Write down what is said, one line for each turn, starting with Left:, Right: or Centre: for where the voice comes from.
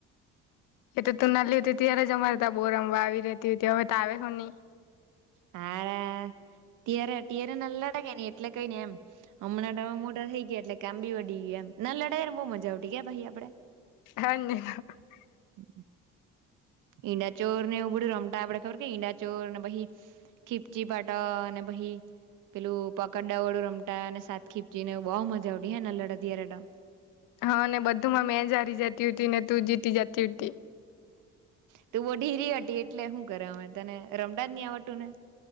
Left: એ તો તું ના લીધતી ત્યારે જ અમારે ત્યા બો રમવા આવી રતી હતી હમે તો આવે હવ નહી
Right: હાલા <unintelligible> એટલે કઈ ને એમ હમણાંતો હવે મોટા થઈ ગયા એટલે કામબી વધી ગયુ એમ ના લડાઈ ને બહુ મજા આવતી કે ભાઈ આપડે
Left: <unintelligible>
Right: <inaudible> ઈંડાચોર ને એવું બધું રમતા આપડે ખબર કે ઈંડા ચોરને પછી ખીપચી પાટા અને પહી પેલું પકડદાવ ઓલુ રમતા અને સાતખીપચી ને એવું બઉુ મજા આવતી <unintelligible>
Left: હા ને બધુંમાં મેં જ હારી જતી હતી ને તું જીતી જતી હતી
Right: તું બઉ ઢીરી હટી એટલે હું કરે અમે તને રમતાજ ની આવડતુંને